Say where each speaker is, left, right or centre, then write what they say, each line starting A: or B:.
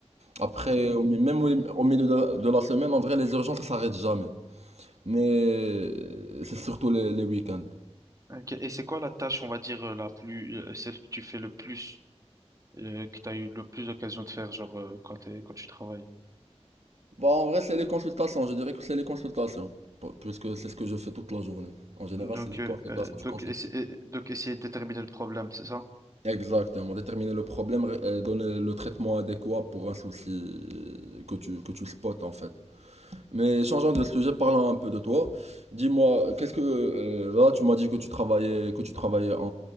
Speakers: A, on the right; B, on the right.
A: Après,
B: mm, mm.
A: au mi- même au, au milieu de la, de la semaine, en vrai, les urgences, ça s'arrête jamais. Mais euh, c'est surtout les, les week-ends.
B: Ok. Et c'est quoi la tâche, on va dire, euh, la plus, euh, celle que tu fais le plus, euh, que tu as eu le plus d'occasion de faire, genre, euh, quand t'es- quand tu travailles?
A: Bah, en vrai, c'est les consultations. Je dirais que c'est les consultations. P- Puisque c'est ce que je fais toute la journée. En général,
B: Donc,
A: c'est les
B: euh,
A: consultations.
B: euh, donc,
A: Tu consultes.
B: essa- euh, donc, essayer de déterminer le problème, c'est ça?
A: Exactement. Déterminer le problème, ré- euh, donner le traitement adéquat pour un souci que tu, que tu spots, en fait. Mais changeons de sujet, parlons un peu de toi. Dis-moi, qu'est-ce que euh, là tu m'as dit que tu travaillais que tu travaillais en,